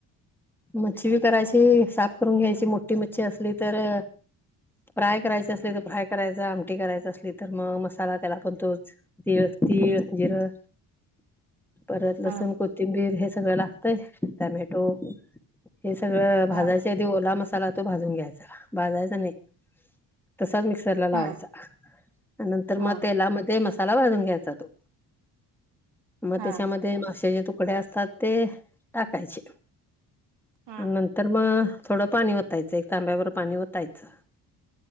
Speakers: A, in the centre; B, on the right (about 70°).
A: मच्छी बी करायची. साफ करून घ्यायची मोठी मच्छी असली तर, फ्राय करायची असली तर, फ्राय करायचा आमटी करायचं असली तर मग मसाला. त्याला पण तोच तीळ तीळ, जिरं परत
B: हा
A: लसूण, कोथिंबीर हे सगळं लागतंय टमॅटो हे सगळं भाजायच्या
B: हा
A: आधी. ओला मसाला तो भाजून घ्यायचा, भाजायचा नाही. तसाच मिक्सरला लावायचा
B: हा
A: नंतर
B: हा
A: मग तेलामध्ये मसा त्याला भाजून घ्यायचा तो म
B: हा
A: त्यामध्ये मासाचे तूप कुडे असतात ते टाकायचे.
B: हा
A: नंतर मग थोडं पाणी वतायचं, एक तांब्यावर पाणी वतायचं.